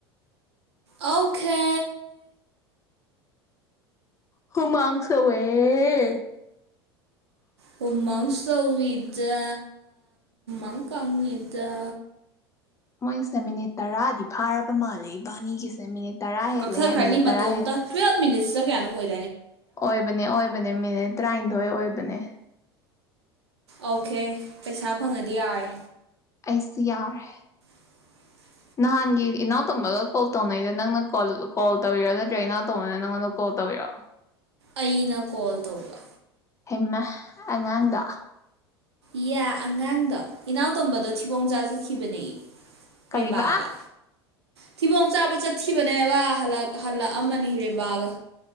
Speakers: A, on the right (about 85°); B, on the left (about 20°).
A: ꯑꯧꯈꯦ
B: ꯍꯨꯃꯥꯡ ꯁꯧꯋꯦ ꯑꯦ
A: ꯑꯣ ꯃꯥꯡꯁꯋꯤꯗ ꯑꯝꯇ ꯇꯗꯦ
B: ꯃꯣꯏꯁꯦ ꯃꯤꯅꯤꯠ ꯇꯔꯥꯗꯤ ꯐꯥꯔꯕ ꯃꯥꯜꯂꯦ ꯏꯕꯥꯅꯤꯒꯤꯁꯦ ꯃꯤꯅꯤꯠ ꯇꯔꯥ ꯍꯦꯜꯂꯦ
A: ꯀꯛꯊꯠ ꯈꯔꯅꯤ
B: ꯃꯤꯅꯤꯠ ꯇꯔꯥ
A: ꯃꯇꯣꯝꯇ
B: ꯍꯦꯜꯂꯦ
A: ꯇꯨꯋꯦꯜꯞ ꯃꯤꯅꯤꯠꯁꯇ ꯀꯌꯥꯃꯨꯛ ꯑꯣꯏꯗ
B: ꯑꯣꯏꯕꯅꯦ ꯑꯣꯏꯕꯅꯦ ꯃꯤꯅꯤꯠ ꯇꯔꯥꯅꯤꯊꯣꯏ ꯑꯣꯏꯕꯅꯦ
A: ꯑꯣꯀꯦ ꯄꯩꯁꯥ ꯐꯪꯉꯗꯤ ꯌꯥꯔꯦ
B: ꯑꯩꯁꯨꯌꯥꯔꯦ
A: ꯇꯗꯦ
B: ꯅꯍꯥꯟꯒꯤ ꯏꯅꯥꯎ ꯇꯣꯝꯕꯒ ꯀꯣꯜ ꯇꯧꯅꯩꯗ ꯅꯪꯅ ꯀꯣꯜ ꯇꯧꯕꯤꯔꯣ ꯅꯠꯇ꯭ꯔꯒ ꯏꯅꯥꯎ ꯇꯝꯕꯅ ꯅꯪꯉꯣꯟꯗ ꯀꯣꯜ ꯇꯕꯔ
A: ꯑꯩꯅ ꯀꯣꯜ ꯇꯧꯕ
B: ꯍꯃ ꯑꯉꯥꯡꯗꯣ
A: ꯏ ꯑꯉꯥꯡꯗꯣ ꯏꯅꯥꯎꯇꯣꯝꯕꯗꯣ ꯊꯤꯕꯣꯡ ꯆꯥꯖꯈꯤꯕꯅꯦ
B: ꯀꯔꯤꯕ
A: ꯔꯦ ꯒ ꯊꯤꯕꯣꯡ ꯆꯥꯕ ꯆꯠꯈꯤꯕꯅꯦꯕ ꯍꯜꯂꯛꯑꯃ ꯍꯔꯦꯕꯥꯒ